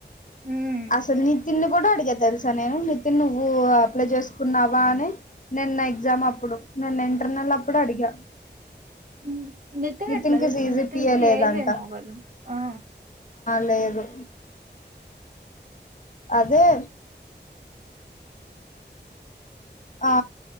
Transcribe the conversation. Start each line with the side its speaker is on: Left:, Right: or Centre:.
Right: ఉమ్
Left: అసలల్ నితిన్ ని కూడా అడిగ తెలుసా నేను నిత్ తి నువ్వు ఆప్లై జెస్ కున్నావా అని నిన్న ఎగ్జామ్ అప్పుడు నిన్న ఇంటర్నెల్ అప్పుడు అడిగా
Right: హ్మ్ నెత్తనట్లా
Left: నితిన్‌కి
Right: చేస్తాం
Left: సీజీపీఏ
Right: నెత్ ఏమ్ముక్
Left: లేదంట
Right: లేదోమో వర ఆ
Left: పై ఆగు అదే ఆ